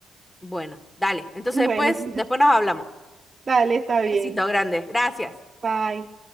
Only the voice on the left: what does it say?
bueno, dale. Entonces
después, después
nos hablamos.
Besito grande. Gracias.